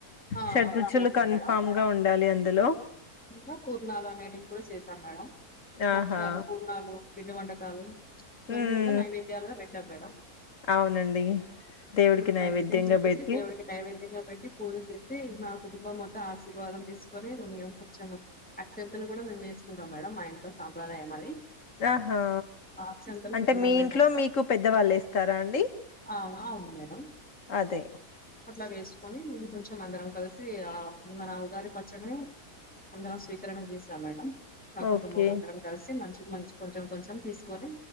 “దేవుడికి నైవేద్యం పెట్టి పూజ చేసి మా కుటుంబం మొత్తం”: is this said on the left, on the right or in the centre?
Centre